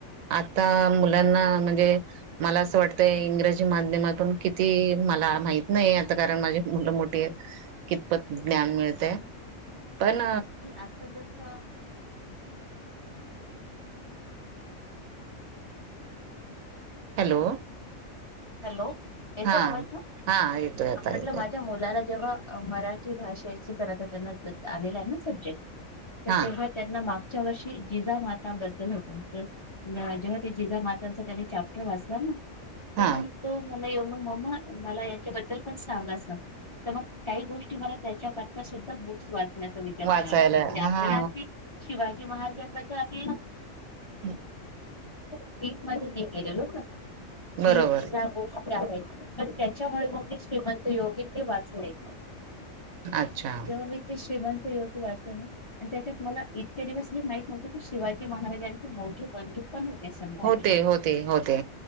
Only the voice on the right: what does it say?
आ आता मुलांना म्हणजे मला असं वाटतंय इंग्रजी माध्यमातून किती मला माहि मा नाही आता कारण माझी मुलं मोठी आहेत कितपत ज्ञान मिळतय. पण
हॅलो
हा
हा येतोय आता
येतोय
हा
हा
वाचायला
हा
हम्
बरोबर
अच्छा
होते
होते होते